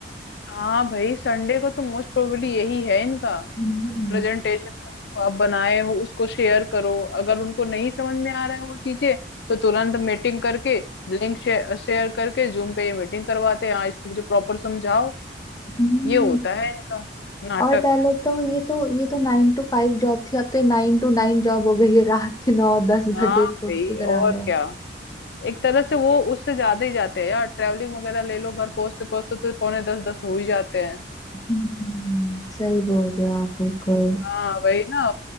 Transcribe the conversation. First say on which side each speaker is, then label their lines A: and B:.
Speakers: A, on the left (about 65°); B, on the left (about 20°).
A: हाँ भाई संडे को तो मोस्ट प्रोबेबली यही है इनका
B: हम्म।
A: प्रेजेंटेशन का, जो आप बनाए हो उसको शेयर करो अगर उनको नहीं समझ में आ रहा है वो चीजें तो तुरंत मीटिंग करके लिंक शेयर करके जूम पे ये मीटिंग करवाते हैं हाँ इसको मुझे प्रॉपर समझाओ
B: हम्म,
A: ये होता है इनका नाटक
B: और पहले तो ये तो ये तो नाइन टू फाइव जॉब थी अब तो ये नाइन टू नाइन जॉब हो गई है रात के नौ दस
A: हाँ
B: बजे तो
A: भाई
B: कुछ भी करा
A: और
B: रहे हैं
A: क्या एक तरह से वो उससे ज्यादा ही जाते हैं यार ट्रैवलिंग वगैरह ले लो घर पहुंचते पहुंचते तो पौने दस दस हो ही जाते हैं
B: हम्म, सही बोल रहे हो आप बिल्कुल
A: हाँ वही ना